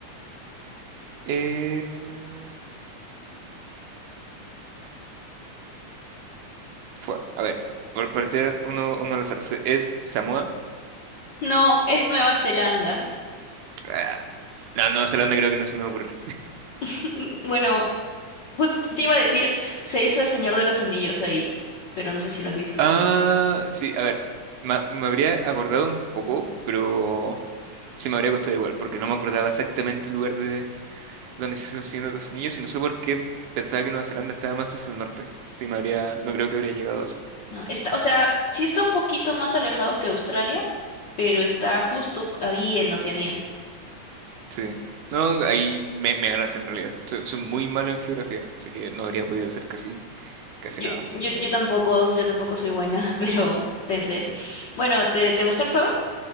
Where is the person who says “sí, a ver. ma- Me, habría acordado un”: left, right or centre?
Right